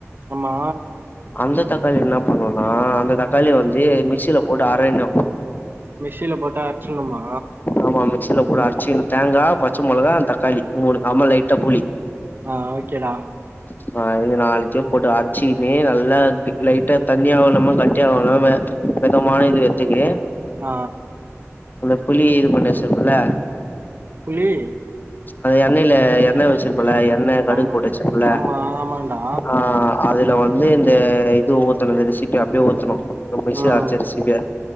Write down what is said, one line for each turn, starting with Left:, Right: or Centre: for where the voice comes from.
Right: ஆமா
Left: அந்த தக்காளி என்ன பண்ணோன்னா அந்த தக்காளி வந்து மிக்சியில போட்டு அரைனோ
Right: மிகசில போட்டு அட்ச்சின்னுமா
Left: ஆமா மிக்சியில கூட அரைச்சு தேங்கா பச்ச மெளகா அந் தக்காளி மூனு அம்மோ லைட்டா புளி
Right: ஆ ஓகேடா
Left: <inaudible> ஆ இது நாலுத்தியூ போட்டு அர்ச்சிக்குனு நல்லா லைட்டா தண்ணியாவூ இல்லாம கட்டியாவூ இல்லாம வெதாமா இது எத்துக்கு
Right: ஆ
Left: அந்த புளி இது பண்டு வெச்சிருப்பே இல்ல
Right: புளியீ
Left: அது எண்ணெய்ல எண்ணெ வெச்சிருப்போல்ல ஆ எண்ணே கடுகு
Right: ஆமா
Left: போட்டு வெச்சிருப்போல்ல
Right: ஆமா ஆமாண்டா
Left: ஆ அதுல வந்து இந்த இது ஊத்தணூ இந்த ரெசிபி அப்டியே ஊத்தணூ மிக்ஸில
Right: ம்
Left: அரச் எடுஸ்ட்டீங்க